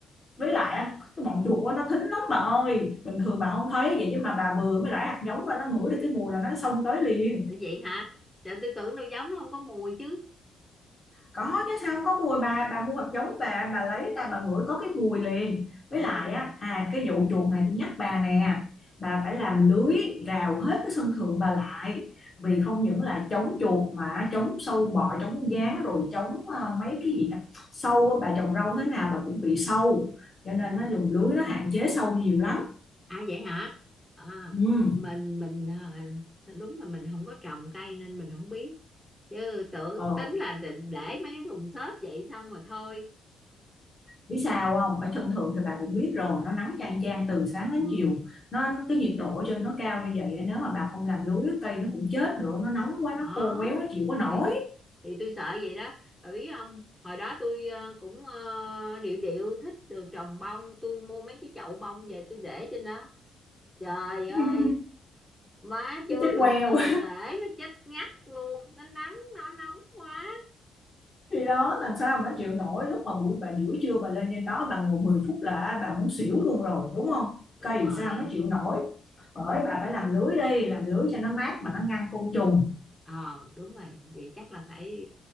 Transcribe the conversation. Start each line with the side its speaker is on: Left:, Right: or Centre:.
Left: với lại
Centre: à,
Left: cái bọn chuột á, nó thính lắm bà ơi bình thường bà không thấy vậy chứ mà bà vừa mới rải hạt giống ra nó ngửi được cái mùi là nó xông tới liền
Centre: vậy hả trời tôi tưởng đâu giống nó không có mùi chứ
Left: có chứ sao không có mùi bà bà mua hạt giống bà bà lấy ra bà ngửi có cái mùi liền với
Centre: à,
Left: lại á à cái vụ chuột này tôi nhắc bà nè bà phải làm lưới rào hết cái sân thượng bà lại
Centre: à,
Left: vì không những là chống chuột mà chống sâu bọ chống gián rồi chống ờ, mấy cái gì đó sâu á, bà trồng rau thế nào bà cũng bị sâu cho nên
Centre: à
Left: nó dùng lưới
Centre: đúng
Left: nó
Centre: rồi
Left: hạn chế sâu nhiều lắm
Centre: à vậy hả à,
Left: ừ.
Centre: mình mình ờ, đúng là mình không có trồng cây nên mình không biết chứ tự
Left: Ờ,
Centre: tính là để để mấy cái thùng xốp vậy xong rồi thôi
Left: biết sao không ở chân thường thì bà cũng biết rồi nó nắng chang chang từ sáng đến
Centre: ừ
Left: chiều nó cái nhiệt độ ở trên nó cao như vậy nếu mà bà không làm lưới cây nó cũng chết nữa nó nóng quá
Centre: đó
Left: nó khô quéo nó chịu có nổi
Centre: thì tôi thì tôi sợ vậy đó bà biết không hồi đó tôi ờ, cũng ờ, điệu điệu thích được trồng bông tôi mua mấy cái chậu bông về tôi để trên đó trời ơi
Left: <laughs>
Centre: má
Left: nó
Centre: chưa
Left: chết
Centre: đựng
Left: queo
Centre: từng lễ nó chết ngắt luôn nó nắng nó nóng quá
Left: thì đó làm sao mà nó chịu nổi lúc mà buổi bà giữa trưa bà lên trên đó bà ngồi 10 phút là bà muốn xỉu luôn rồi đúng không
Centre: đúng
Left: cây
Centre: rồi
Left: sao nó chịu nổi bởi bà phải làm lưới đi làm lưới cho nó mát mà nó ngăn côn trùng
Centre: ờ đúng rồi vậy chắc là phải